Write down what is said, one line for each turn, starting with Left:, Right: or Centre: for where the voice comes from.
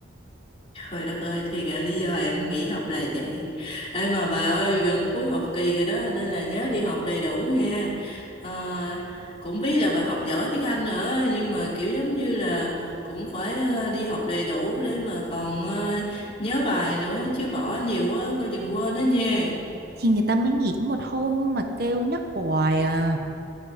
Left: Trời đất ơi thì ra lý do em nghỉ học là vậy. Ê mà bà ơi gần cuối học kỳ rồi đó nên là nhớ đi học đầy đủ nha. Ờ, cũng biết là bà học giỏi tiếng Anh nữa nhưng mà kiểu giống như là cũng phải ờ, đi học đầy đủ để mà còn ờ, nhớ bài nữa chứ bỏ nhiều quá coi chừng quên đó nha.
Right: Thì người ta mới nghỉ có một hôm mà kêu nhắc hoài à.